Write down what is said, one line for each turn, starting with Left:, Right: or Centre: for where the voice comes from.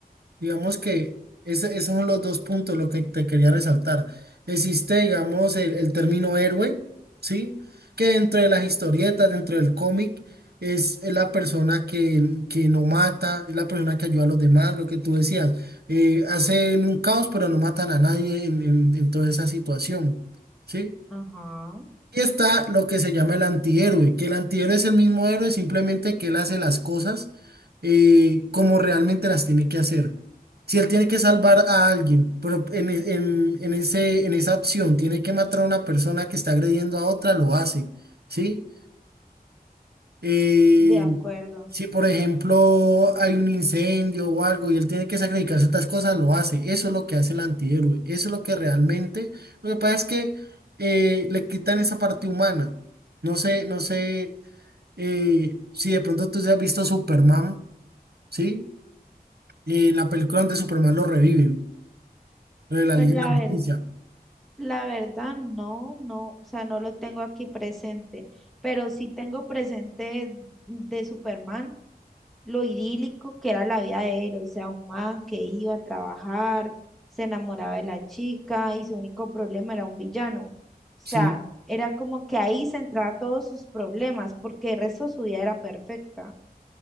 Right: Digamos que ese- esos son los dos puntos lo que te quería resaltar. Existe, digamos, el, el término héroe, ¿sí? Que dentro de las historietas, dentro del cómic, es, es la persona que, que no mata, es la persona que ayuda a los demás, lo que tú decías. Eh, hacen un caos, pero no matan a nadie en, en en toda esa situación, ¿sí?
Centre: Ajá,
Right: Y está lo que se llama el antihéroe, que el antihéroe es el mismo héroe, simplemente que él hace las cosas eh, como realmente las tiene que hacer. Si él tiene que salvar a alguien, pero en, e- en- en ese, en esa acción tiene que matar a una persona que está agrediendo a otra, lo hace, ¿sí? eh,
Centre: de acuerdo.
Right: si por ejemplo hay un incendio o algo y él tiene que sacrificar ciertas cosas, lo hace. Eso es lo que hace el antihéroe. Eso es lo que realmente. Lo que pasa es que eh, le quitan esa parte humana. No sé, no sé eh, si de pronto tú has visto Superman, ¿sí? Eh, la película donde Superman lo reviven, lo de la
Centre: Pues
Right: Liga
Centre: la
Right: de la Justicia.
Centre: ver- la verdad no, no, o sea, no lo tengo aquí presente, pero sí tengo presente de Superman lo idílico que era la vida de él, o sea, un man que iba a trabajar, se enamoraba de la chica y su único problema era un villano. O sea,
Right: Sí,
Centre: era como que ahí centraba todos sus problemas, porque el resto de su vida era perfecta,